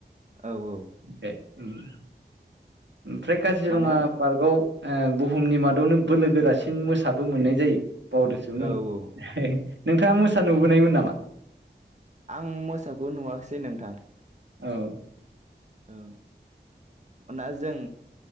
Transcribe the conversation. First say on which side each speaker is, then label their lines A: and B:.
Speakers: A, on the right (about 40°); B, on the right (about 75°).
A: औ औ
B: बे, उम ओमफ्राय काजिरङा
A: माने
B: पार्कआव, ओ बुहुमनि मादावनो बोलो गोरासिन मोसाबो मोननाय जायो बावदोसोम
A: औ
B: आं
A: औ
B: हे, नोंथाङा मोसा नुबोनायमोन नामा?
A: आं मोसाखौ नुवाखसै नोंथां,
B: औ
A: औ ओनबाना जों